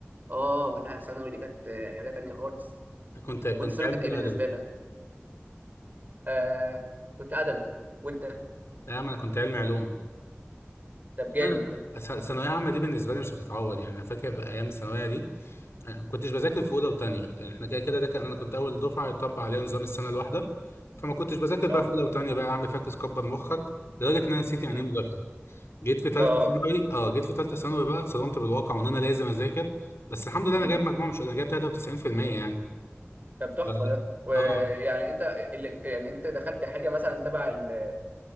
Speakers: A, on the right (about 40°); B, on the left (about 70°).
A: اه لا ثانوي دي كانت آه، حاجه تانية خالص
B: كنت كنت
A: وانت ثانوي
B: علمي
A: كانت ايه
B: ولا
A: بالنسبه
B: ادبي؟
A: لك؟ آه كنت ادبي وانت
B: لا يا عم انا كنت علمي علوم
A: طب جامد
B: لا،
A: ده
B: س- ثانوية عامة دي بالنسبة لي مش هتتعوض يعني أنا فاكر أيام الثانوية دي أنا ما كنتش بذاكر في أولى وتانية يعني إحنا كده كده ده كان أنا كنت أول دفعة يطبق عليها نظام السنة الواحدة فما كنتش بذاكر بقى
A: اه
B: في أولى وتانية بقى يا عم فاكس كبر مخك لدرجة إن أنا نسيت يعني
A: امم
B: إيه مذاكرة جيت في تالتة
A: اه اه،
B: ثانوي أه جيت في تالتة ثانوي بقى اتصدمت بالواقع وإن أنا لازم أذاكر بس الحمد لله
A: امم
B: أنا جايب مجموع مش قليل، أنا جايب 93% يعني
A: طب تحفه
B: ف...
A: ده ويعني
B: أه
A: انت اللي يعني انت دخلت حاجه مثلا تبع الطب